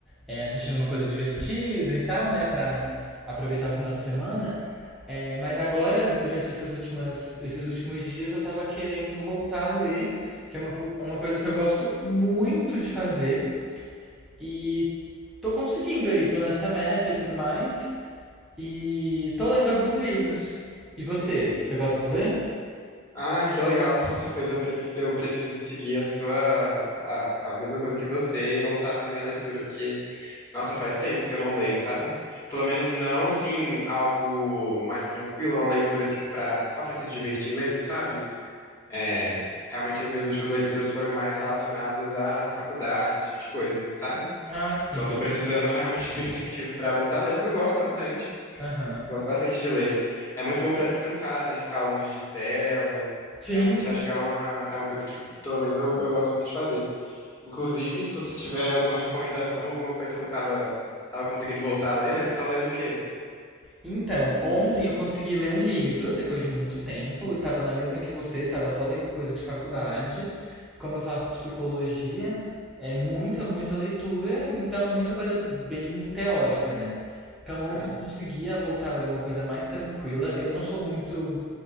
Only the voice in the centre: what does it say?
é, assistindo uma coisa divertida e tal, né? Pra aproveitar o final de semana. É, mas agora, durante essas últimas, esses últimos dias, eu tava querendo voltar a ler, que é uma, co- uma coisa que eu gosto muito de fazer. E tô conseguindo aí, tô nessa meta e tudo mais. E tô lendo alguns livros. E você? Você gosta de ler?
Ah, sim.
Aham.
Sim.
Então, ontem eu consegui ler um livro, depois de muito tempo. Eu tava na mesma que você, tava só lendo coisa de faculdade. Como eu faço psicologia, é muita, muita leitura, então muita coisa bem teórica, né? Então, ontem
eu conseguia voltar a ler uma coisa mais tranquila. Eu não sou muito